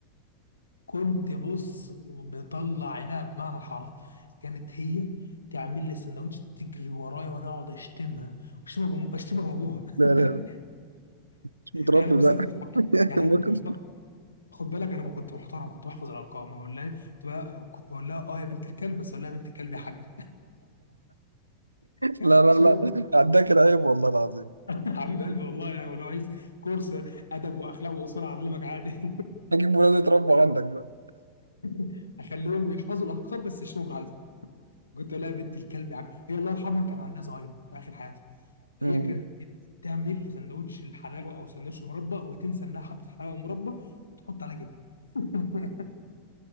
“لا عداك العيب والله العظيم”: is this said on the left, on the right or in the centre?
Right